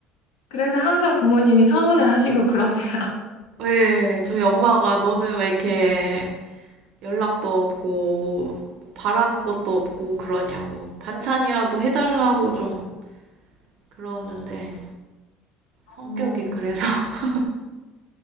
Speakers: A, on the left (about 85°); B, on the right (about 50°).
A: 그래서 항상 부모님이 서운해 하시고 그러세요.
B: 예, 저희 엄마가 너는 왜 이렇게 연락도 없고 뭐 바라는 것도 없고 그러냐고 반찬이라도 해달라고 좀 그러는데 성격이
A: 어,
B: 그래서 <laughs>